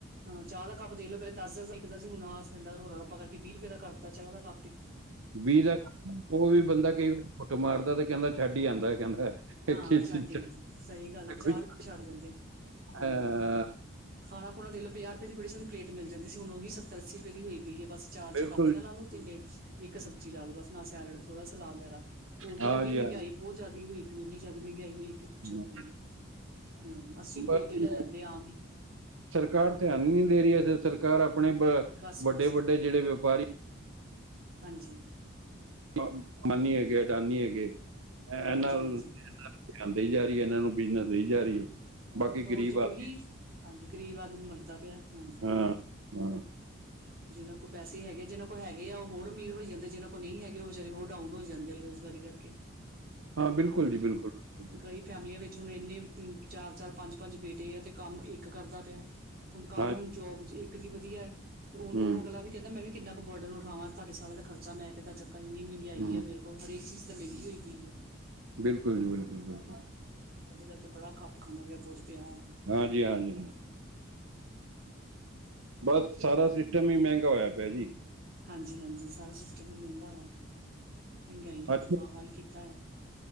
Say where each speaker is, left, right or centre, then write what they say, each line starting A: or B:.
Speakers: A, on the right; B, on the right.
A: ਹਾ ਚਾਹ ਦਾ ਕੱਪ ਦੇਖਲੳ ਪਹਿਲੇ ਦੱਸ ਦੱਸ ਦਾ ਇ ਮਿਲਦਾ ਸੀ ਹੁਣ ਆਹ ਸਿਲੰਡਰ ਰੋਲਾ ਰਪਾ ਕਰਕੇ ਵੀਹ ਰੁਪਏ ਦਾ ਕਰਤਾ ਚਾਹ ਦਾ ਕੱਪ ਇੱਕ
B: ਵੀ ਦਾ ਉਹ ਵੀ ਬੰਦਾ ਕਈ ਵਾਰ ਘੁਟ ਮਾਰਦਾ ਤੇ ਕਹਿੰਦਾ ਛੱਡ ਹੀ ਆਉਦਾ ਕਹਿੰਦਾ
A: ਹਾਂ
B: ਕਿ ਚੱਲ
A: ਛੱਡ ਹੀ ਆਦਾ ਸਹੀ ਗੱਲ ਹੈ ਚਾਹ
B: ਕੋਈ
A: ਵੀ ਛੱਡ ਦਿੰਦੇ ਹਮ
B: ਅਹ,
A: ਖਾਣਾ ਖੁਣਾ ਦੇਖ ਲਓ ਪੰਜਾਹ ਰੁਪਏ ਦੀ ਬੜੀ ਸੋਣੀ ਪਲੇਟ ਮਿਲ ਜਾਂਦੀ ਸੀ ਹੁਣ ਉਹੀ ਸੱਤਰ ਅੱਸੀ ਰੁਪਏ ਦੀ ਹੋਈ ਪਈ ਹੈ ਬਸ ਚਾਰ
B: ਬਿਲਕੁਲ
A: ਚਪਾਤੀਆਂ ਲਾ ਲੋ ਤੇ ਇੱਕ ਸਬਜ਼ੀ ਲਾਲੋ ਬਸ ਨਾਲ ਸੈਲਡ ਥੋੜਾ ਸਲਾਦ ਵਗੈਰਾ ਉਹੀ
B: ਹਾਂ
A: ਉਹੀ
B: ਜੀ
A: ਮਹਿੰਗਾਈ
B: ਹਾਂ
A: ਬਹੁਤ ਜ਼ਿਆਦਾ ਹੋਈ ਜਿਆਦੀ ਮਹਿੰਗਾਈ ਹੋਈ ਪਈ
B: ਜੀ।
A: ਪੁੱਛੋ ਕੋਈ ਨਾ ਹਾਂ ਅੱਸੀ ਰੁਪਏ
B: ਬਸ
A: ਉਹਦੇ ਹੀ
B: ਜੀ,
A: ਲੈ ਲੈਂਦੇ ਆਮ ਹੀ
B: ਸਰਕਾਰ ਧਿਆਨ ਹੀ ਨਹੀਂ ਦੇ ਰਹੀ ਸਰਕਾਰ ਆਪਣੇ
A: ਬਸ
B: ਵੱਡੇ-ਵੱਡੇ
A: ਬਸ
B: ਜਿਹੜੇ ਵਪਾਰੀ
A: ਹਾਂਜੀ
B: ਅੰਬਾਨੀ ਹੈਗੇ ਅਡਾਨੀ ਹੈਗੇ ਇਹ
A: ਹਾਂਜੀ
B: ਨਾਂਲ
A: ਹਾਂਜੀ
B: ਕੰਮ ਦੇਈ ਜਾ ਰਹੀ ਇਹਨਾਂ ਨੂੰ ਬਿਜਨਸ ਦੇਈ ਜਾ ਰਹੀ ਹੈ
A: ਉਹ
B: ਬਾਕੀ
A: ਰੋਜ
B: ਗਰੀਬ
A: ਉਹੀ
B: ਆ
A: ਹਾਂਜੀ ਗ਼ਰੀਬ ਆਦਮੀ ਮਰਦਾ ਪਿਆ ਹਾਂਜੀ
B: ਹਾਂ
A: ਹਮ
B: ਹਾਂ
A: ਜਿਹਨਾਂ ਕੋਲ ਪੈਸੇ ਹੈਗੇ ਜਿਨਾਂ ਕੋਲ ਹੈਗੇ ਆ ਉਹ ਹੋਰ ਅਮੀਰ ਹੋ ਜਾਂਦੇ ਜਿਹਨਾਂ ਕੋਲ ਨਹੀਂ ਹੈਗੇ ਉਹ ਵਿਚਾਰੇ ਹੋਰ ਡਾਊਨ ਹੋਈ ਜਾਂਦੇ ਬੇਰੋਜ਼ਗਾਰੀ ਕਰਕੇ
B: ਹਾਂ ਬਿਲਕੁਲ
A: ਹਮ
B: ਜੀ ਬਿਲਕੁਲ ਬਿਲਕੁਲ, ਬਿਲਕੁਲ।
A: ਕਈ ਫੈਮਲੀਆਂ ਵਿੱਚ ਹੁਣ ਇੰਨੇ ਚਾਰ-ਚਾਰ ਪੰਜ-ਪੰਜ ਬੇਟੇ ਆ ਤੇ ਕੰਮ ਇੱਕ ਕਰਦਾ ਪਿਆ ਹੁਣ ਕੰਮ
B: ਹਾਂ
A: ਹੁਣ ਜੋਬ ਚ ਇੱਕ ਦੀ ਵਧੀਆ ਹੈ ਤੇ
B: ਜੀ,
A: ਹੁਣ ਉਹ
B: ਹੂੰ
A: ਅਗਲਾ ਵੀ ਕਹਿੰਦਾ ਮੈਂ ਵੀ ਕਿੰਨਾ ਕੁ ਬਰਡਨ ਉਠਾਵਾਂ ਤੁਹਾਡੇ ਸਾਰੇ ਦਾ ਖਰਚਾ ਮੈਂ ਕਿੱਦਾਂ ਚੱਕਾੰ ਇਨੀ ਮਹਿੰਗਾਈ
B: ਹੂੰ
A: ਏ ਫਿਰ ਹੋਰ ਹਰੇਕ ਚੀਜ਼ ਤਾਂ ਮਹਿੰਗੀ ਹੋਈ ਪਈ ਹੈ
B: ਬਿਲਕੁਲ ਜੀ ਬਿਲਕੁੱਲ ਬਿਲਕੁਲ
A: ਉਹਦੇ ਕਰਕੇ ਬੜਾ ਖੱਪ ਖਾਨਾ ਜਿਹਾ ਬਹੁਤ ਪਿਆ ਹੈ
B: ਹਾਂਜੀ-ਹਾਂਜੀ ਹਾਂ ਬਸ ਸਾਰਾ ਸਿਸਟਮ ਹੀ ਮਹਿੰਗਾ ਹੋਇਆ ਪਿਆ ਜੀ
A: ਹਾਂਜੀ-ਹਾਂਜੀ ਸਾਰਾ ਸਿਸਟਮ ਵੀ ਮਹਿੰਗਾ ਹੋਇਆ ਪਿਆ ਮਹਿੰਗਾਈ ਨੇ
B: ਅੱਛਾ
A: ਬੁਰਾ ਹਾਲ ਕੀਤਾ ਆ